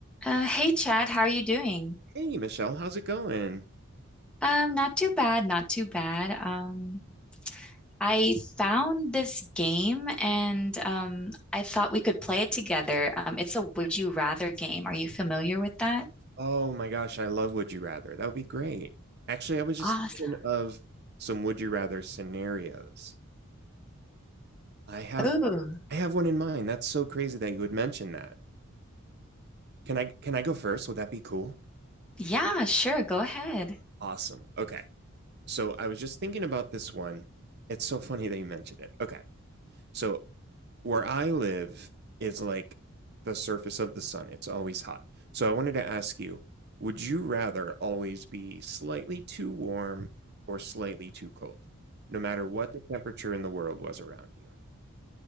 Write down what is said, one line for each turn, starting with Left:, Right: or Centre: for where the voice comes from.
Centre: Uh, hey Chad, how are you doing?
Right: Hey, Michelle, how's it going?
Centre: Um, not too bad, not too bad. Um, I found this game and um, I thought we could play it together. Um, it's a Would You Rather game. Are you familiar with that?
Right: Oh my gosh, I love Would You Rather. That would be great. Actually, I was just
Centre: Awesome.
Right: thinking of some Would You Rather scenarios. I have
Centre: Oh,
Right: I have one in mind. That's so crazy that you would mention that. Can I can I go first? Would that be cool?
Centre: yeah, sure, go ahead.
Right: Awesome. Okay. So I was just thinking about this one. It's so funny that you mentioned it. Okay. So where I live is like the surface of the sun. It's always hot. So I wanted to ask you, would you rather always be slightly too warm or slightly too cold, no matter what the temperature in the world was around you?